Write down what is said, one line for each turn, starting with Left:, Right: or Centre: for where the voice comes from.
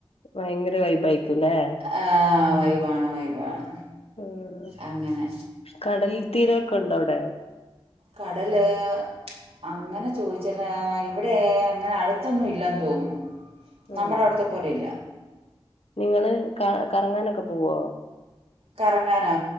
Left: ഭയങ്കര വൈബയിരിക്കുല്ലേ?
Right: ആഹ് വൈബാണ് വൈബാണ്
Left: ഉം
Right: അങ്ങനെ
Left: കടൽത്തീരൊക്കെ ഉണ്ടോ അവിടെ
Right: കടല് അങ്ങനെ ചോയിച്ചല് ആഹ് ഇവിടെ ഏഹ് അങ്ങനെ അടുത്തൊന്നും ഇല്ലെന്ന് തോന്നുന്നു നമ്മടെ
Left: ആഹ്
Right: അവിടുത്തെ പോലേല്ല
Left: നിങ്ങള് ക കറങ്ങാനൊക്കെ പോവോ?
Right: കറങ്ങാനോ